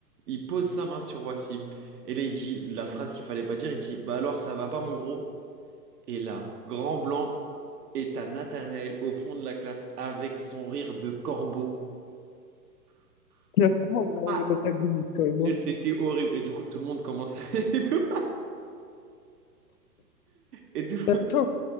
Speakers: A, on the right; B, on the left.
A: il pose sa main sur Wassim. Et là, il dit la phrase qu'il fallait pas dire, il dit, bah alors ça va pas mon gros? Et là, grand blanc. Et t'as Nathanaël au fond de la classe avec son rire de corbeau.
B: Il y a vraiment
A: Ah,
B: un un antagoniste quand même. hein.
A: Et C'était horrible. Et du coup, tout le monde commence à... <laughs> Et tout, et tout,
B: Attends,